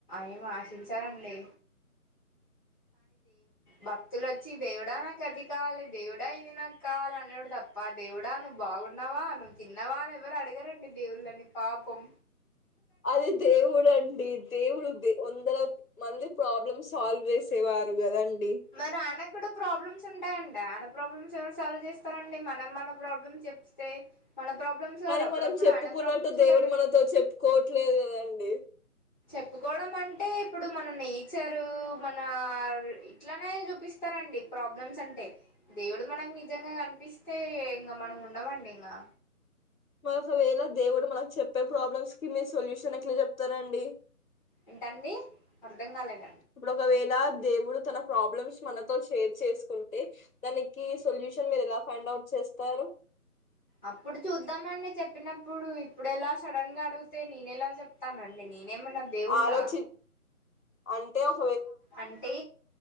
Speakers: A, on the left (about 30°); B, on the left (about 65°).
A: ఏం ఆశించ అండి భక్తులచ్చి దేవుడా నాకు అది కావాలి దేవుడా ఇది నాకు కావాలి అనుడు తప్ప దేవుడా నువ్వు బాగున్నావా నువ్వు తిన్నవా ఎవరు అడగరండి దేవుళ్ళని పాప పం
B: అది దేవుడు అండి దేవుడు దే అందర మంది ప్రాబ్లమ్ సాల్వ్ చేసేవారు కదండి
A: మరి ఆయనకి కూడా ప్రాబ్లమ్స్ ఉంటాయండి ఆయన ప్రాబ్లమ్స్ ఎవరు సాల్వ్ చేస్తారండి మనం మన ప్రాబ్లమ్స్ చెప్తే మన ప్రాబ్లమ్స్
B: కానీ
A: కాదు అప్పుడప్పుడు
B: మనం చెప్పుకున్నట్టు
A: ఆయన ప్రాబ్లమ్స్
B: దేవుడు
A: కూడా విన
B: మనతో చెప్పుకోవట్లేదు కదండి
A: చెప్పుకోవడం అంటే ఇప్పుడు మన నేచరు మన ఇట్లానే చూపిస్తారండి ప్రాబ్లమ్స్ అంటే దేవుడు మనకు నిజంగా కనిపిస్తే ఇంకా మనం ఉండమండి ఇంకా
B: మరొకవేళ దేవుడు మనకు చెప్పే ప్రాబ్లమ్స్ కి మీరు సొల్యూషన్ ఎట్లా చెప్తారండి
A: ఏంటండి అర్ధం కాలేద
B: ఇప్పుడు ఒకవేళ దేవుడు తన ప్రాబ్లమ్స్ మనతో షేర్ చేసుకుంటే దానికి సొల్యూషన్ మీరు ఎలా ఫైండ్ అవుట్ చేస్తారు
A: అప్పుడు చూద్దామండి చెప్పినప్పుడు ఇప్పుడు ఎలా సడన్ గా అడిగితే నేన ఎలా చెప్తానండి నేను నేనేమన్నా దేవుడినా
B: ఆలోచి అంటే ఒక
A: అంటే